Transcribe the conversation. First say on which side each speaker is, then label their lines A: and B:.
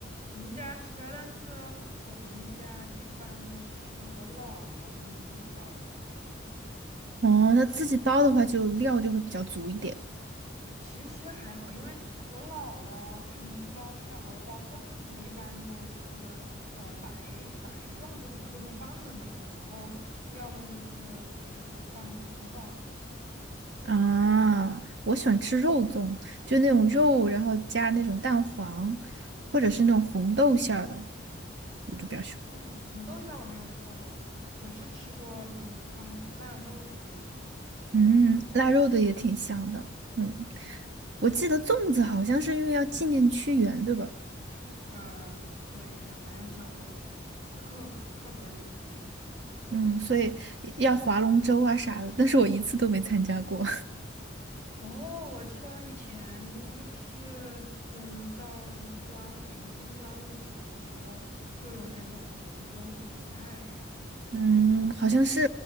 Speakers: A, on the right; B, on the right.
A: 我们家吃啊，但是我们家一般都是我姥姥他们自己包的。
B: 哦，那自己包的话，就料就会比较足一点。
A: 其实还好，因为我姥姥他们包饺呃包粽子一般都是呃白白粽子，什么都不放的那种，然后要么就是就是放红枣什么的。
B: 啊，我喜欢吃肉粽，就那种肉，然后加那种蛋黄，或者是那种红豆馅儿的，我就比较喜欢。
A: 哦，红豆馅儿我没有吃过，我我是吃过，嗯，放腊肉的那种，
B: 嗯，腊肉的也挺香的。嗯，
A: 嗯，
B: 我记得粽子好像是因为要纪念屈原，对吧？
A: 呃，对，呃，反正小时候课课本儿里这么讲吧。
B: 嗯，所以要划龙舟啊啥的，但是我一次都没参加过。
A: 哦，我记得以前就是，嗯，到端午临近端午的时候，就有那种龙舟比赛，
B: 嗯，好像是，